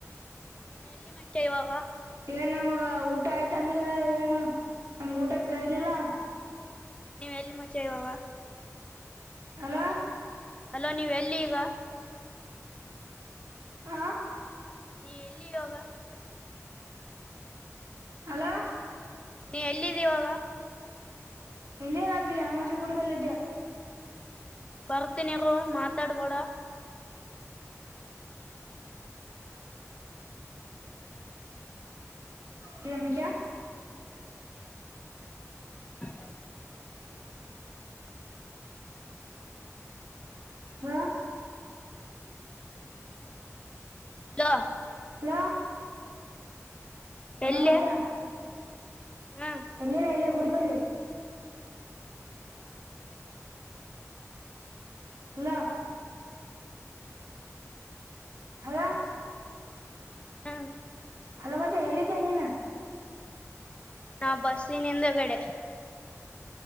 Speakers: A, on the left (about 20°); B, on the right (about 75°).
A: ನೀನ್ ಎಲ್ಲಿ ಮಚೆ ಇವಾಗ
B: ಏನ್ ನಮಗ ಊಟ ಆಯ್ತ ಅಂದ್ರ ಏನು ನಮ್ಗ ಊಟಕ್ಕೆ ಇರ್ಲಿಲ್ಲ
A: ನೀ್ ಎಲ್ಲಿ ಮಜೆ ಇವಾವ
B: ಎಲ್ಲ
A: ಅಲೋ ನೀವ್ ಎಲ್ಲಿ ಈಗ
B: ಹಾ
A: ನೀ ಎಲ್ಲಿ ಯೋಗ
B: ಹಲೋ
A: ನೀ ಎಲ್ಲಿದ್ದೀವಾಗ
B: ಎಲೆಯ ರ ಆಕಿಲ್ಲ ಅನು ಮೆ ಕೂಡಿ ಬಲ್ಲದ
A: ಭರ್ತ ನೀರು ಮಾತಾಡುಬೋಡ
B: ಪ್ರಮ್ಮಜ
A: ಉ
B: ಹ
A: ಹಲೋ
B: ಹಲೋ ಹಲೋ
A: ಎಲ್ಲಿ
B: ಮಾಚಾ
A: ಹ್ಮ್
B: ಎಲ್ಲಲ್ಲ ಇಲ್ಲ ಗುಡಿಬಲ್ಲಿ ಹಲೋ ಹಲೋ
A: ಹ್ಮ
B: ಅಲ ಮತ್ತೆ ಹೇಳಿದ್ದೆ ನೀನು
A: ನಾ ಬಸ್ಸಿನಿಂದಗಡೆ